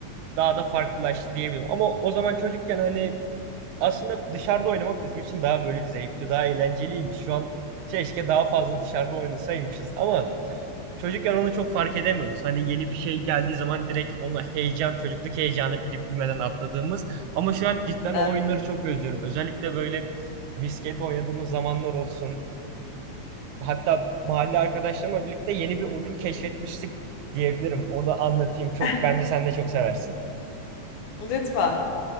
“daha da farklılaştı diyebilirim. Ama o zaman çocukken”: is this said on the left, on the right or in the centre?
Right